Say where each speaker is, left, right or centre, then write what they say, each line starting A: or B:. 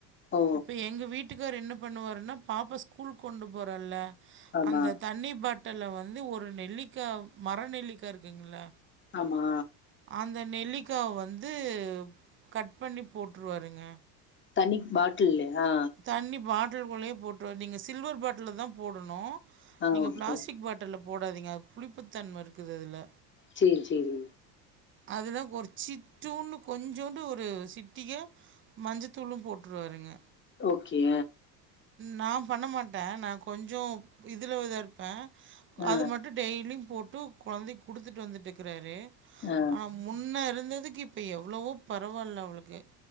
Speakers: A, on the left; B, on the right.
A: ஓ!
B: இப்ப எங்க வீட்டுக்கார் என்ன பண்ணுவாருன்னா பாப்பா ஸ்கூல் கொண்டு போறல்ல
A: ஆமா.
B: அந்த தண்ணி பாட்டல்ல வந்து ஒரு நெல்லிக்கா மர நெல்லிக்கா இருக்குங்கல்ல
A: ஆமா
B: அந்த நெல்லிக்காவ வந்து கட் பண்ணி போட்ருவாருங்க
A: தண்ணி பாட்டில்லய்யா
B: தண்ணி பாட்டல்குள்ளயே போட்ருவாரு நீங்க சில்வர் பாட்டில் தா போடனு
A: ஆ.
B: நீங்க
A: ஓகே.
B: பிளாஸ்டிக் பாட் டல்ல போடாதீங்க அது புளிப்புத்தன்ம இருக்குது அதுல
A: சேர் சேரி
B: அதுதா ஒரு சிட்டூன்டு கொஞ்சோன்டு ஒரு சிட்டிக மஞ்சத்தூளு போட்ருவாருங்க
A: ஓகே
B: நா பண்ண மாட்டே நா கொஞ்சொ இதுலவுதா இருப்பே
A: ஆ.
B: அது மட்டு டெய்லி போட்டு கொழந்தைக் குடுத்துட்டு வந்துட்டுக்கிறாரு
A: ஆ.
B: ஆனா முன்ன இருந்ததுக்கு இப்ப எவ்ளவோ பரவால்ல அவளுக்கு